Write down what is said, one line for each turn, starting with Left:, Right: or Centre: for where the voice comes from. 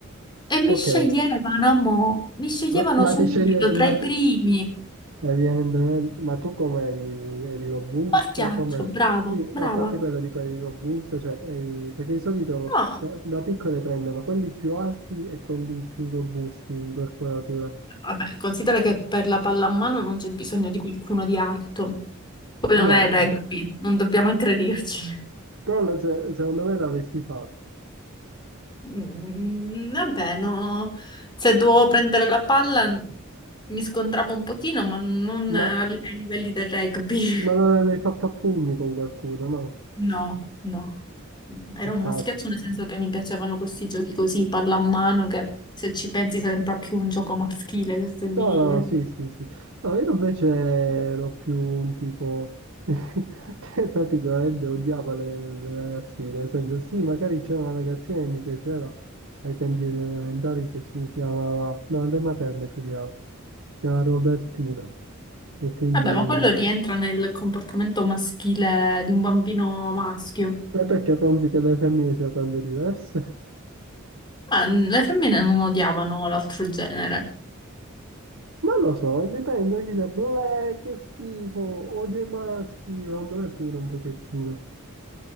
Left: E mi
Right: Ok,
Left: sceglievano, mo, mi sceglievano
Right: ma, ma
Left: subito
Right: ti sceglie,
Left: tra
Right: ma
Left: i
Right: tu,
Left: primi.
Right: evidentemente, ma tu come eri, eri robusta?
Left: Marchiaccio,
Right: Come,
Left: bravo,
Right: sì,
Left: brava.
Right: a parte quello dico eri robusta, cioè eri, perché di solito
Left: No,
Right: da, da piccole prendono quelli più alti e quelli più robusti di corporatura.
Left: vabbè, considera che per la pallamano non c'è bisogno di qualcuno di alto. Poi
Right: No,
Left: non è
Right: no,
Left: rugby, non dobbiamo aggredirci.
Right: però lo- se- secondo me l'avresti fatto,
Left: Mm, Vabbè, no, se dovevo prendere la palla n- mi scontravo un pochino, ma non
Right: ma,
Left: a- ai livelli del rugby. <laughs>
Right: ma non l'hai mai fatto a pugni con qualcuno, no?
Left: No, no. Era
Right: Peccato.
Left: un maschiaccio nel senso che mi piacevano questi giochi così, pallamano, che se ci pensi sembra più un gioco maschile che femminile.
Right: No, no, no, sì, sì, sì. No, io invece ero più un tipo <laughs> che praticamente odiava le, le ragazzine, nel senso sì, magari c'era una ragazzina che mi piaceva ai tempi delle elementari che si chiamava, no, alle materne più che altro, si chiamava Robertina. E quindi...
Left: Vabbè, ma quello rientra nel comportamento maschile di un bambino maschio.
Right: E perché pensi che le femmine siano tanto diverse?
Left: Ah, le femmine non odiavano l'altro genere.
Right: <laughs> Non lo so, dipende chi sia. Bleh, che schifo, odio i maschi, secondo me pure un pochettino.